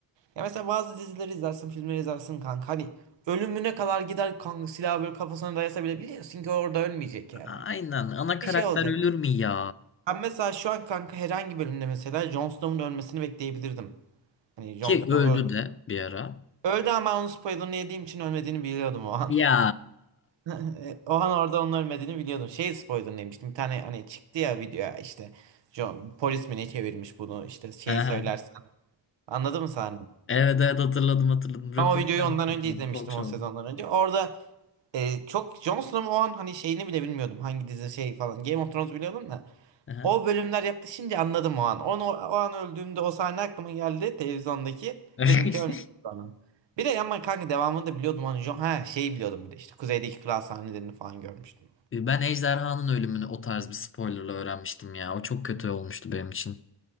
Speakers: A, on the right; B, on the left.
A: Ya mesela bazı dizileri izlersin, filmleri izlersin kanka. Hani ölümüne kadar gider kanka silahı böyle kafasına dayasa bile biliyorsun ki orada ölmeyecek
B: <laughs>
A: yani.
B: Aynen. Ana karakter
A: Bir şey olacak.
B: ölür mü ya?
A: Ben mesela şu an kanka herhangi bölümde mesela Jon Snow'un ölmesini bekleyebilirdim. Hani Jon
B: Ki
A: Snow
B: öldü
A: öldü.
B: de bir ara.
A: Öldü ama ben onun spoilerını yediğim için ölmediğini biliyordum o an.
B: Ya.
A: <laughs> O an orada onun ölmediğini biliyordum. Şey spoiler demiştim. Bir tane hani çıktı ya video işte. John, polis mi ne çevirmiş bunu işte şeyi
B: Hı hı.
A: söylersen. Anladın mı sahne?
B: Evet evet hatırladım hatırladım. Röportaj
A: Ben o videoyu ondan önce izlemiştim
B: talk show'da.
A: o sezondan önce. Orada e, çok Jon Snow'un o an hani şeyini bile bilmiyordum. Hangi dizi şey falan. Game of Thrones biliyordum da.
B: Hı
A: O bölümler yaklaşınca anladım o an. Onu, o an öldüğümde o sahne aklıma geldi televizyondaki.
B: hı. <laughs>
A: Dedim ki ölmüş bu adam. Bir de ama kanka devamını da biliyordum. Hani Jon, ha şeyi biliyordum bir de işte kuzeydeki kral sahnelerini falan görmüştüm.
B: E, Ben Ejderhanın ölümünü o tarz bir spoilerla öğrenmiştim ya. O çok kötü olmuştu benim için.